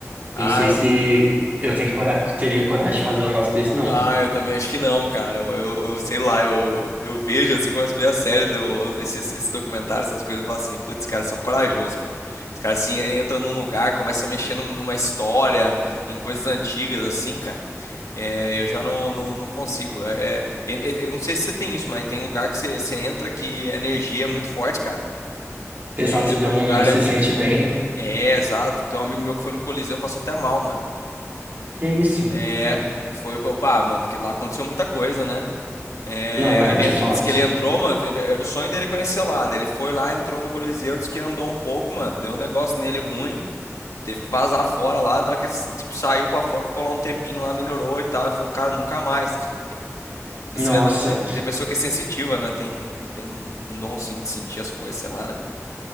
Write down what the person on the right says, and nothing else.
Não sei se eu tenho cora- teria coragem de fazer um negócio desse, não.
Exato,
você
já não
se
sente
bem.
Que isso?
Não, é,
de
fato.
Nossa.